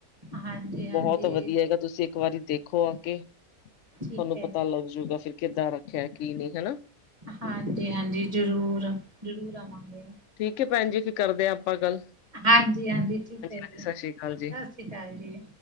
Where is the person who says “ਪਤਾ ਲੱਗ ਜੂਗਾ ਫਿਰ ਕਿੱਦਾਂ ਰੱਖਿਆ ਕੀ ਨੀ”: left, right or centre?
Left